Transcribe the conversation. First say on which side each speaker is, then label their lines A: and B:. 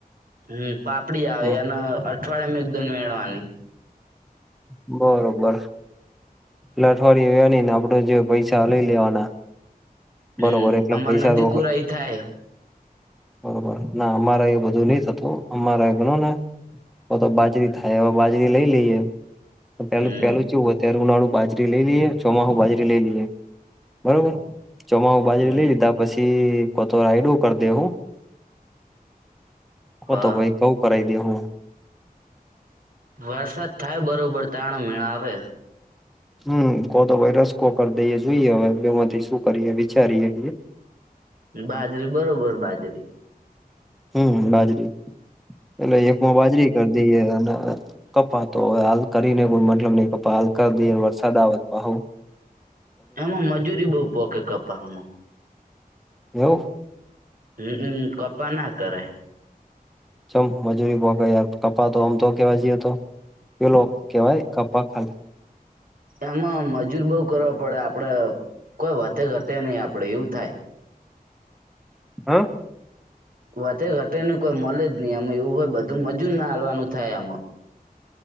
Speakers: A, on the right (about 65°); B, in the centre.
A: હમ પાપડી આવે
B: હ
A: એને અઠવાડિયામાં એકદમ વેળવાની.
B: બરોબર. એટલે અઠવાડયે વેણી ને આપડે જે પૈસા લઈ લેવાના.
A: હમ
B: બરોબર એટલે
A: આમાં
B: પૈસા
A: નદી
B: રોક
A: કુરાઈ થાય.
B: બરોબર ના અમારે એ બધું નહી થતું અમારા ગણો ને, તો તો બાજરી થાય હવે બાજરી લઈ લઈએ. પેલું
A: હમ
B: પેલું ચેવું ઓય ત્યારે ઉનાળું બાજરી લઈ લઈએ ચોમાસું બાજરી લઈ લઈએ બરોબર. ચોમાસુ બાજરી
A: હમ
B: લઈ લીધા પછી કોતો રાઈડું કરી દે હું. કો
A: હા
B: તો ભાઈ ઘઉં કરાવ દે હું.
A: વરસાદ થાય બરોબર તારે મેળા આવે.
B: હમ કો તો વાય રસકો કરી દઈ જોઈએ હવે બે માંથી શું કરીએ વિચારીએ.
A: બાજરી બરોબર બાજરી.
B: હમ બાજરી એટલે એકમાં બાજરી કરી દઈએ અને, કપાતો હવે હાલ કરીને કોઈ મતલબ નહી <inaudible> <inaudible> કપા હાલ કરી દઈને વરસાદ આવે પાહૂ
A: એમાં મજૂરી બઉ પોકે કપાહ માં.
B: એવું.
A: હ મ કપાહ ના કરાય.
B: ચમ મજૂરી પોક યાર કપાહ તો આમ તો કેવા જઈએ તો પેલો કેવાય કપાહ ખાલી
A: એમાં મજૂર બઉુ કરવા પડ આપડે કોઈ વધે ઘટે નહી આપડે એવું થાય.
B: હા.
A: વધે ઘટે ન કોઈ મળે જ નહી અમે એવું હોય બધું મજુર ને આલવાનું થાય અમાં.